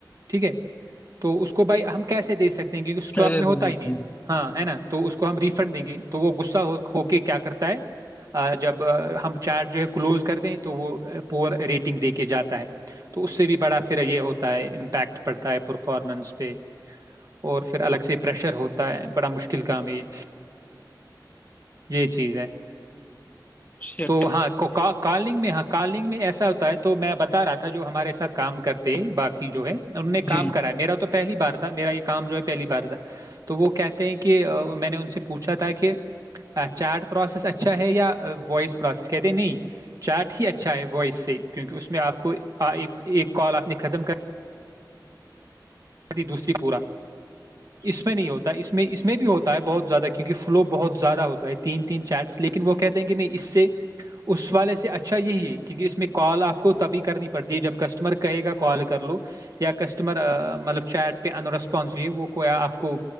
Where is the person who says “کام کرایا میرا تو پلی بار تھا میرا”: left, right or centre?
Right